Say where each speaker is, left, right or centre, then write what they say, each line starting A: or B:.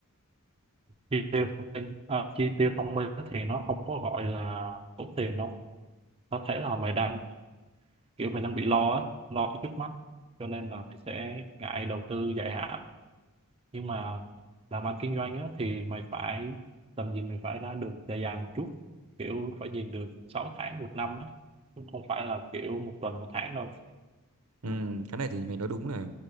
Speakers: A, on the right; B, on the right.
A: chi tiêu thông tin à, chi tiêu thông minh thì nó không có gọi là tốn tiền đâu có thể là mày đang kiểu mày đang bị lo á lo cái trước mắt cho nên là mày sẽ ngại đầu tư dài hạn nhưng mà làm ăn kinh doanh á, thì mày phải tầm nhìn mày phải ra được dài dài một chút kiểu phải nhìn được 6 tháng một năm á chứ không phải là kiểu một tuần một tháng đâu
B: ừ, cái này thì mày nói đúng này